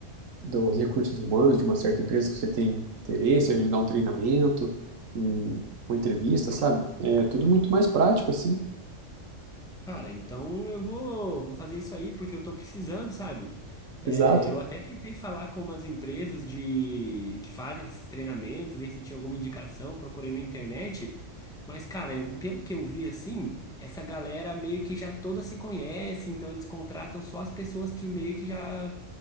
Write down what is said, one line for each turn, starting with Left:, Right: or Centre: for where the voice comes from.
Right: dos recursos humanos de uma certa empresa que você tem interesse, agendar um treinamento, um, uma entrevista, sabe? É tudo muito mais prático, assim.
Centre: Cara, então eu vou, vou fazer isso aí porque eu tô precisando, sabe? É,
Right: Exato.
Centre: eu até tentei falar com umas empresas de que fazem esses treinamentos, ver se tinha alguma indicação, procurei na internet. Mas, cara, eu- pelo que eu vi assim, essa galera meio que já toda se conhece, então eles contratam só as pessoas que meio que já